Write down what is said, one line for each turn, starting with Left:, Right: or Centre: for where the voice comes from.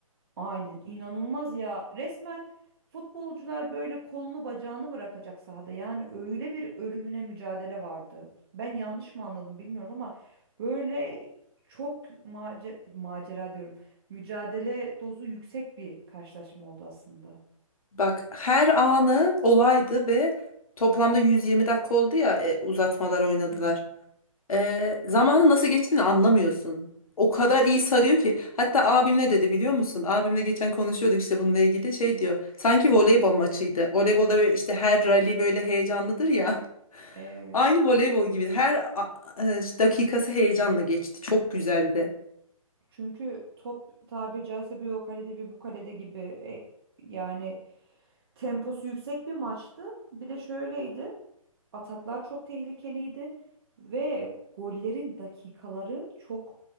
Right: Aynen inanılmaz ya. Resmen futbolcular böyle kolunu bacağını bırakacak sahada. Yani öyle bir ölümüne mücadele vardı. Ben yanlış mı anladım bilmiyorum ama böyle çok mace macera diyorum. Mücadele dozu yüksek bir karşılaşma oldu aslında.
Left: Bak her anı olaydı ve toplamda 120 dakika oldu ya e, uzatmalar oynadılar.
Right: Hı hı.
Left: Ee, zamanı nasıl geçtiğini anlamıyorsun. O kadar iyi sarıyor ki. Hatta abim ne dedi biliyor musun? Abimle geçen konuşuyorduk işte bununla ilgili şey diyor. Sanki voleybol maçıydı. Voleybolda böyle işte her rally böyle heyecanlıdır ya.
Right: Evet.
Left: <laughs> Aynı voleybol gibi. Her a- e, işte dakikası heyecanla geçti. Çok güzeldi.
Right: Çünkü top tabiri caizse bir o kalede bir bu kalede gibi e, yani temposu yüksek bir maçtı. Bir de şöyleydi. Ataklar çok tehlikeliydi ve gollerin dakikaları çok